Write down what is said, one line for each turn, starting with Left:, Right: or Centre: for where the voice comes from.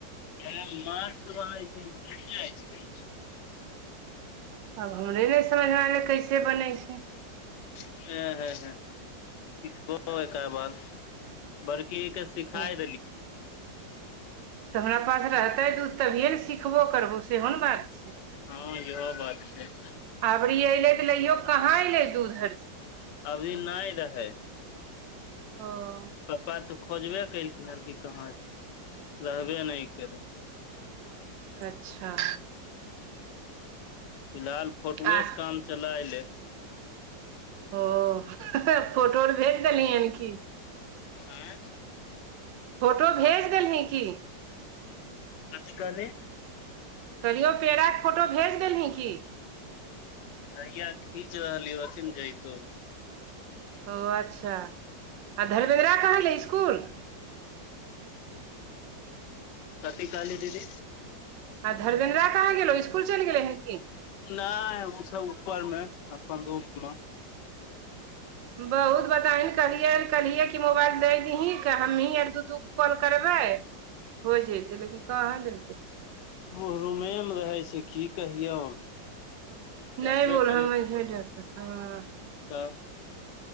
Left: ऐऽ मस्त बनय छै, बैन जाय छै।
Right: आब हमरे नै समझ में आय रहले कैसे बनय छै।
Left: <unintelligible> सीखहो ऐकर बाद बड़की दी के सिखाय
Right: ओ
Left: देल
Right: तऽ हमरा पास रहतै दूध तभिए नै सिखबो करबो सेहो नै बात छै।
Left: हां ईहो बात छै।
Right: अबरी ऐलय तै लईयो के कहाँ एलय दूध आर
Left: अभी नै रहय।
Right: औ
Left: पप्पा तऽ खोजबे कलखिन्ह हें कि कहाँ छै, रहबे नै केलय।
Right: अच्छा।
Left: फिलहाल फोटुए
Right: आह
Left: से काम चलाय लै।
Right: हो फोटो आर भेज देल्हीहन की।
Left: ऐं
Right: फोटो भेज देल्ही की?
Left: कथि कहली।
Right: कहलियो पेड़ा के फोटो भेज देल्ही की।
Left: हैया खीच रहलीयो अखिन जएतो अभी।
Right: औ अच्छा आ धर्मेन्द्रा कहा छै स्कूल।
Left: कथि कहलीह दीदी।
Right: आ धर्मेन्द्रा कहाँ गेलौं स्कूल चैल गेलैहन की।
Left: नै उ सब ऊपर मे अपन रूम मे।
Right: बहुत बताही कहलिएहन कहलिए की मोबाइल दै दही की हमनी आर दू-दूगो कॉल करबै हो जेतय लेकिन कहाँ देलके।
Left: उ रूमे मे रहय छै की कहियौ जानबे
Right: नै बोल
Left: करै
Right: हम्मे
Left: छी
Right: <unintelligible>
Left: तब